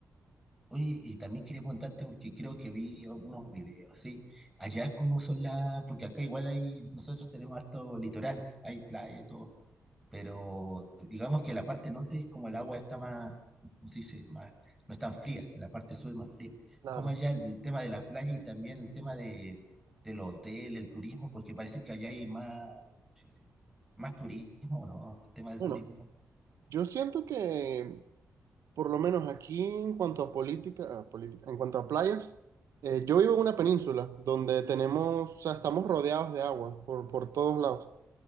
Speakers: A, in the centre; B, on the right.
A: Oye, y también quería preguntarte porque creo que vi algunos videos, ¿sí? Allá cómo son las, porque acá igual hay, nosotros tenemos harto litoral, hay playa y todo, pero digamos que la parte norte es como el agua está más, ¿cómo se dice? Más, no es tan fría, la parte sur es más fría.
B: Claro.
A: ¿Cómo allá el tema de la playa y también el tema de, del hotel, el turismo? Porque parece que allá hay más, ¿cómo se dice? Más turismo, ¿no? El tema del
B: Bueno,
A: turismo,
B: yo siento que Por lo menos aquí en cuanto a política, a política, en cuanto a playas, eh, yo vivo en una península donde tenemos, o sea, estamos rodeados de agua por, por todos lados.